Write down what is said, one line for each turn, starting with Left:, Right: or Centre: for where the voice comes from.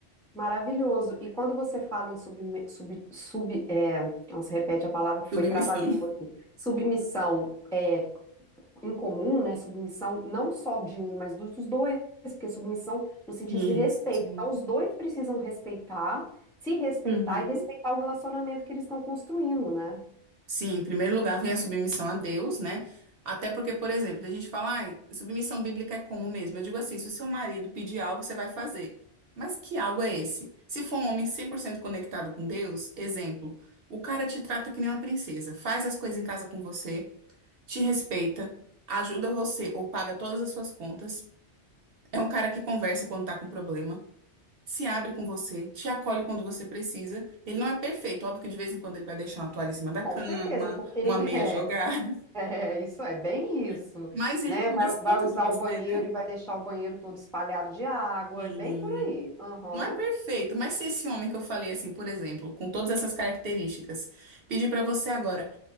Centre: Maravilhoso. E quando você fala em subme- sub, sub, é, nossa, repete a palavra que foi
Right: Submissão.
Centre: trava-língua aqui. Submissão é em comum, né? Submissão não só de um, mas dos dos dois, porque submissão no sentido
Right: Isso.
Centre: de respeito. Então, os dois precisam respeitar, se respeitar
Right: Uhum.
Centre: e respeitar o relacionamento que eles estão construindo, né?
Right: Sim, em primeiro lugar vem a submissão a Deus, né? Até porque, por exemplo, a gente fala, ai, submissão bíblica é como mesmo? Eu digo assim, se o seu marido pedir algo, você vai fazer. Mas que algo é esse? Se for um homem 100% conectado com Deus, exemplo, o cara te trata que nem uma princesa, faz as coisas em casa com você, te respeita, ajuda você ou paga todas as suas contas. É um cara que conversa quando tá com problema. se abre com você, te acolhe quando você precisa. Ele não é perfeito, óbvio que de vez em quando ele vai deixar uma toalha em cima da
Centre: Com
Right: cama,
Centre: certeza, porque ninguém,
Right: uma meia
Centre: <laughs>
Right: jogada,
Centre: É, isso é bem isso,
Right: <laughs> mas ele
Centre: né?
Right: cuida
Centre: Vai, vai
Right: tanto
Centre: usar
Right: de você,
Centre: o banheiro
Right: né?
Centre: e vai deixar o banheiro todo espalhado de água,
Right: E
Centre: é bem por aí. Aham.
Right: não é perfeito, mas se esse homem que eu falei assim, por exemplo, com todas essas características, pedir pra você agora,